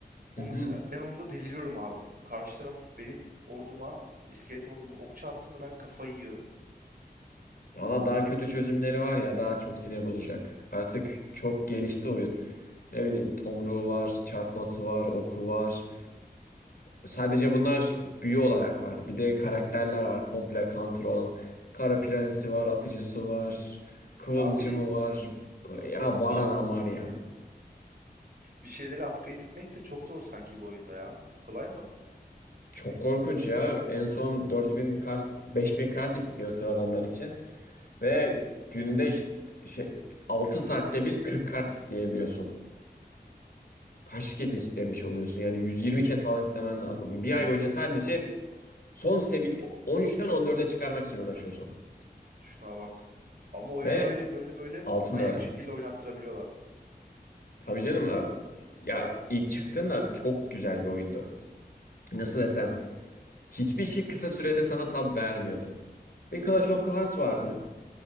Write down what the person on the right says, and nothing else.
O
mesela ben onda deliriyorum abi. Karşı taraf benim orduma, iskelet orduma okçu attığında ben kafayı yiyorum.
Ya bir de
bir,
bir şeyleri upgrade etmek de çok zor sanki bu oyunda ya. Kolay mı?
<laughs>
O-
şuna bak. Ama oyunu
böyle böyle böyle
manyak
şekilde oynattırabiliyorlar.